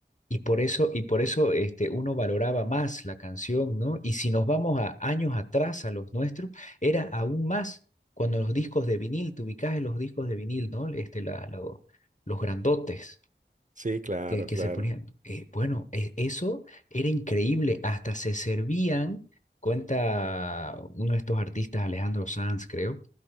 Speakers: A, on the left; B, on the right.
A: y por eso, y por eso este, uno valoraba más la canción, ¿no? Y si nos vamos a años atrás a los nuestros, era aún más cuando los discos de vinil, te ubicás en los discos de vinil, ¿no? Este, la, lo- los grandotes.
B: Sí, claro,
A: que, que
B: claro.
A: se ponían. Eh, bueno, e- eso era increíble. Hasta se servían, cuenta uno de estos artistas, Alejandro Sanz, creo,